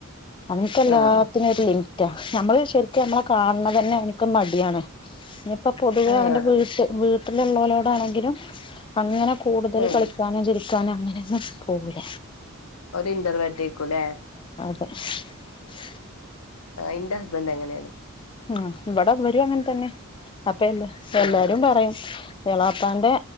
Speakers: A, on the left (about 25°); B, on the left (about 85°).
A: അവനിക്കെല്ലാത്തിനും
B: ആഹ്
A: ഒര് ലിമിറ്റാ ഞമ്മള് ശെരിക്കും ഞമ്മളെ കാണ്ണതന്നെ അവൻക്ക് മട്യാണ്. നിപ്പൊ പൊതുവേ
B: ആഹ്
A: അവന്റെ വീട്ട് വീട്ടില്ള്ളോ ലോടാണെങ്കിലും അങ്ങനെ കൂടുതൽ
B: ഉം
A: കളിക്കാനും ചിരിക്കാനും അങ്ങനെന്നും പോകൂല.
B: ഒര് ഇന്റർവേർട്ടേര്ക്കുലെ
A: <inaudible>
B: ഇന്റെ ഹസ്ബൻറ് അങ്ങനേണ്
A: ആഹ് ഇവടെ വരും അങ്ങനെ തന്നെ അപ്പ എല്ലാ
B: ആഹ്
A: എല്ലാരും പറയും എളാപ്പാന്റെ